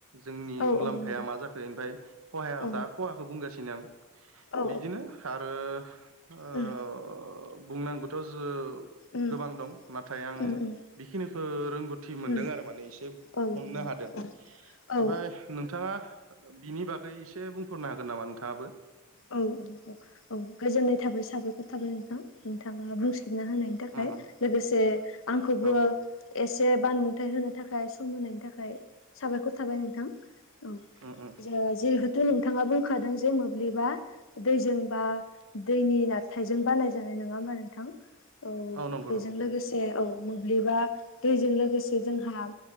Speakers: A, on the right (about 65°); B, on the left (about 60°).
A: जोंनि
B: औ
A: मुलाम्फाया
B: औ नंगौ
A: मा जाखो ओमफ्राय खहाया
B: औ
A: दा खहाखौ बुंगासिनो आं
B: औ
A: बिदिनो आरो ओ-
B: उम
A: बुंनांगौथ' जो
B: उम
A: गोबां दं नाथाय आं
B: उम उम
A: बेखिनिफोर रोंगौथि मोनदों
B: उम
A: आरो माने एसे
B: औ
A: हमनो
B: नंगौ
A: हादों
B: औ औ
A: आफ्राय नोंथाङा बिनि बागै एसे बुंफोररनो हागोन नामा नोंथाङाबो?
B: औ औ औ औ गोजोननाय थाबाय साबायखर थाबाय नोंथाङा नोंथाङा बुंसिबना होनायनि थाखाय
A: उम उम
B: लोगोसे आंखौबो
A: औ
B: एसे बानबुंथायाइ होनो थाखाय सम होनायनि थाखाय साबायखर थाबाय नोंथां औ
A: उम उम।
B: जिहेथु नोंथाङा बुंखादों जे मोब्लिबा दैजों बा दैनि नारथायजों बानाय जानाय। नङा होमबा नोंथां? औ
A: नंगौ
B: बेजों
A: नंगौ
B: लोगोसे औ मोब्लिबा दैजों लोगोसे जोंहा